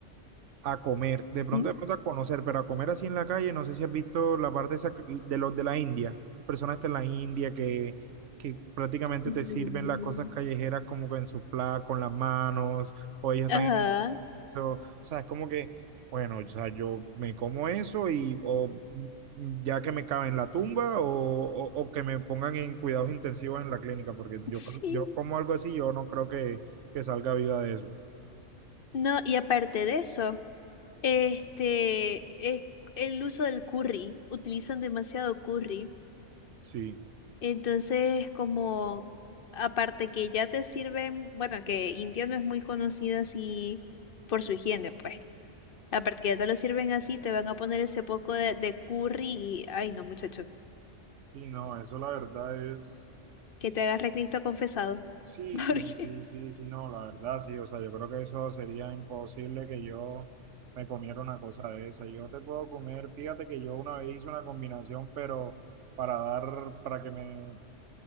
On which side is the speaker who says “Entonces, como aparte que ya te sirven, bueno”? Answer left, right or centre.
Left